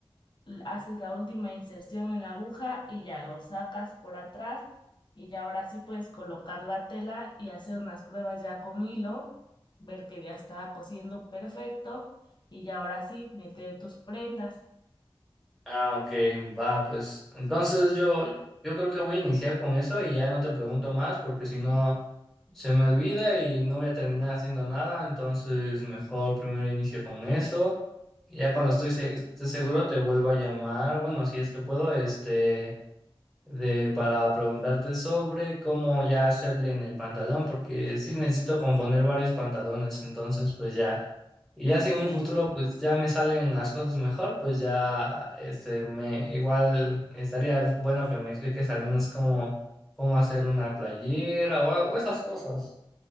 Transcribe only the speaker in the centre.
Ah, ok, va, pues. Entonces yo, yo creo que voy a iniciar con eso y ya no te pregunto más, porque si no se me olvida y no voy a terminar haciendo nada. Entonces, mejor primero inicio con eso. Ya cuando estoy, se- esté seguro te vuelvo a llamar. Bueno, si es que puedo, este. de, para preguntarte sobre cómo ya hacerle en el pantalón, porque sí necesito componer varios pantalones, entonces pues ya, y ya si en
un futuro pues ya me salen las cosas mejor, pues ya este me igual estaría bueno que me expliques al menos cómo, cómo hacer una playera o, algo- esas cosas.